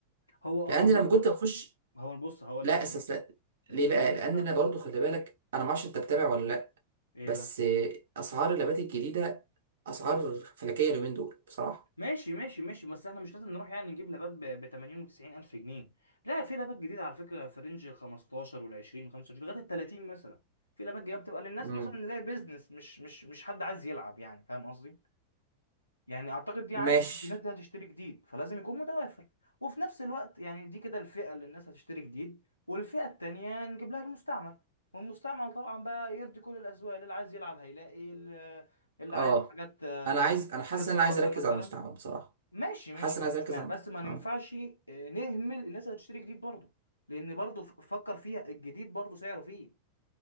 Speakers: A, on the left; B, on the right.
A: هو آه،
B: لان
A: هو
B: لما كنت بخش
A: هو بص هقول
B: لا
A: لك
B: اساس لا ليه بقى
A: المستعمل
B: لان انا برضو خلي بالك انا ما اعرفش انت بتابع ولا لا
A: إيه
B: بس
A: بقى
B: اسعار اللابات الجديده اسعار فلكيه اليومين دول بصراحه
A: ماشي ماشي ماشي بس احنا مش لازم نروح يعني نجيب لابات ب 80 و90 الف جنيه لا في لابات جديده على فكره في رينج 15 وال 20 25 لغايه ال 30 مثلا في لابات جديده بتبقى للناس
B: مم.
A: مثلا اللي هي بيزنس مش مش مش حد عايز يلعب يعني فاهم قصدي يعني اعتقد دي عادي
B: ماشي
A: الناس دي هتشتري جديد فلازم يكون متوافر وفي نفس الوقت يعني دي كده الفئه اللي الناس هتشتري جديد والفئه التانيه نجيب لها المستعمل والمستعمل طبعا بقى يرضي كل الاذواق اللي عايز يلعب هيلاقي اللي اللي
B: اه
A: عايز حاجات
B: انا عايز انا حاسس
A: للدراسه
B: ان انا عايز اركز
A: مثلا
B: على المستعمل بصراحه
A: ماشي ماشي
B: حاسس
A: ما
B: ان انا
A: عنديش
B: عايز اركز
A: مانع
B: على
A: بس ما ننفعش
B: آه.
A: آه، نهمل الناس اللي هتشتري جديد برضه لان برضه ف- فكر فيها الجديد برضه سعره فيه